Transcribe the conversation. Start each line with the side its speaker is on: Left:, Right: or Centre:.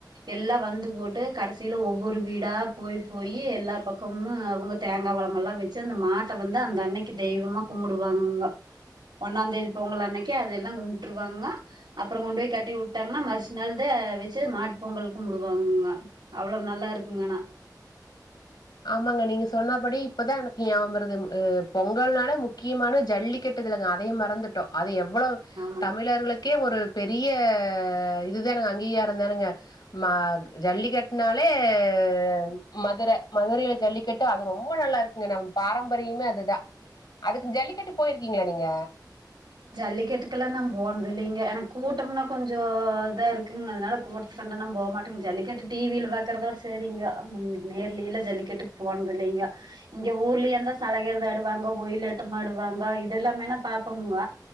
Right: எல்லா வந்து போட்டு கடைசி ல ஒவ்வொரு வீடா போய் போயி எல்லா பக்கம்மு அவுங்க தேங்கா பழமெல்லா வைச்சி அந்த மாட்ட வந்து அந்த அன்னைக்கு தெய்வமா கும்புடுவாங்க ஒன்னா தேதி பொங்கல் அன்னைக்கு அதெல்லா கும்புட்ருவாங்க அப்றோ கொண்ட் போய் கட்டி வுட்டாங்னா மறுஸ் நாள்து வைச்சி மாட்பொங்கல் கும்புடுவாங்கக அவ்ளோ நல்லாருக்குங்க ஆனா
Left: ஆமாங்க நீங்க சொன்னாபடி இப்பதா எனக் ஞாபம்வருது ம் பொங்கல்னாலே முக்கியமான ஜல்லிக்கட் டுதல்க அதையே மறந்துட்டோ அது எவ்ளோ
Right: ஆமாங்க
Left: தமிழர்களுக்கே ஒரு பெரிய இதுதானேங்க அங்கீகாரதானேங்க மா ஜல்லிக்கட்னாலே அ மதுர மதுரைல ஜல்லிக்கட்டு அது ரொம்ப நல்லா இருக்குங்க நம்ப பாரம்பரியமே அதுதா அதுக்கு ஜல்லிக்கட்டு பொய்ருக்கீங்களா நீங்க
Right: ஜல்லிக்கட்டுக்கெல்லா நா போனதில்லேங்க எனக் கூட்டம்னா கொஞ்சோ இதா இருக்குங் அதனால கூட்டத்து ல நான் போ மாட்டேங் ஜல்லிக்கட்டு டி வில பாக்கறதோட செரிங்க நேர்லேலா ஜல்லிக்கட்டுக் போனதில்லேங்க இங்க ஊர்லயா இருந்தா சலயிரத் தாடுவாங்க ஒயிலாட்டமாடுவாங்க இதெல்லாமே நா பாப்போம்ங்க